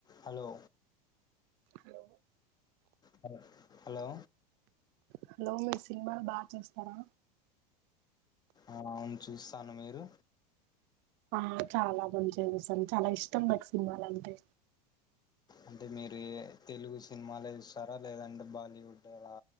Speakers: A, on the left (about 20°); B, on the right (about 55°).
A: Hello
B: hello
A: హా hello
B: hello మీరు సినిమాలు బాగా చూస్తారా
A: అవును చూస్తాను మీరు
B: ఆ చాలా మంచిగా చూస్తాను చాలా ఇష్టం నాకు సినిమాలంటే
A: అంటే మీరు తెలుగు సినిమాలే చూస్తారా లేదంటే బాలీవుడ్ అలా